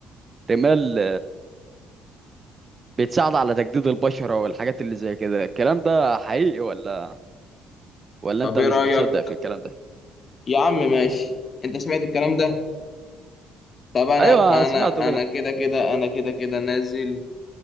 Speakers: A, on the right; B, on the left.
A: رمال بتساعد على تجديد البشره والحاجات اللي زي كده الكلام ده حقيقي ولا ولا
B: طب
A: انت
B: إيه
A: مش
B: رأيك؟
A: بتصدق في الكلام ده
B: يا عم ماشي أنت سمعت الكلام ده؟ طب أنا
A: ايوه سمعته
B: أنا
A: كده
B: أنا كده كده أنا كده كده نازل